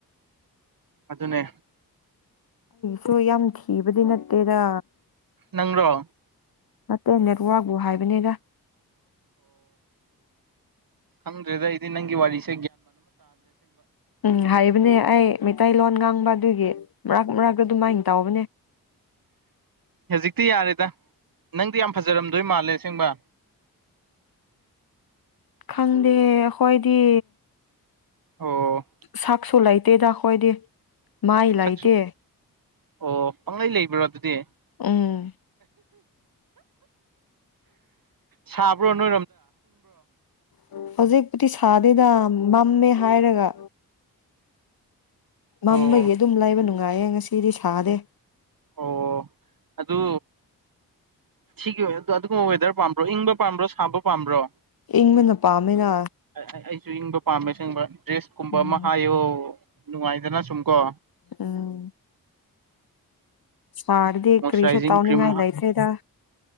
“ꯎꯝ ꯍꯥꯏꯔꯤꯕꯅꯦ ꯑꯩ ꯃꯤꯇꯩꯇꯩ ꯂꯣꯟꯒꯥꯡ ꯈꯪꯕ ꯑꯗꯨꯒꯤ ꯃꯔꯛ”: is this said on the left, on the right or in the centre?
Left